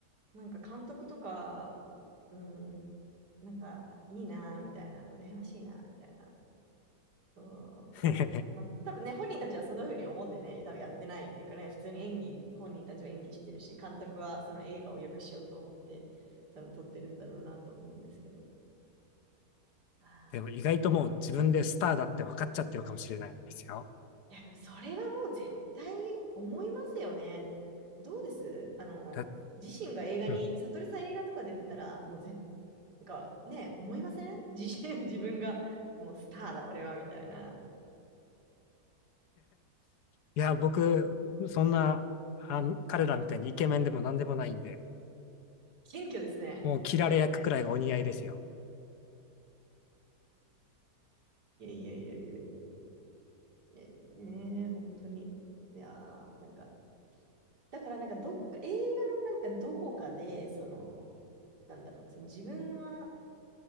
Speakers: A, on the right (about 70°); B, on the left (about 75°).
A: なんか監督とか、うん、なんか、いいなぁ、みたいな、羨ましいなぁ、みたいな。そう
B: <laughs>
A: まあ、多分ね、本人たちはそんな風に思ってね、多分やってないっていうかね、普通に演技、本人たちは演技してるし、監督はその映画を良くしようと思って、多分撮ってるんだろうなと思うんですけど。あー
B: でも意外ともう自分でスターだって分かっちゃってるかもしれないですよ。
A: いや、でもそれはもう絶対思いますよね。どうですあの、
B: だ
A: 自身が映画に、
B: うん。
A: 悟りさん映画とか出てたら、
B: <laughs>
A: もう絶なんか、ね、思いません <laughs> 自身、<laughs> 自分が、もうスターだ、俺は、みたいな。
B: いや、僕、そんな、あん彼らみたいにイケメンでも何でもないんで、
A: 謙虚ですね。
B: もう切られ役くらいがお似合いですよ。
A: いやいやいやいやいやいや、ええ本当に。いやーなんか、だからなんかどっか、映画のなんかどこかで、その、なんだろう、その自分は、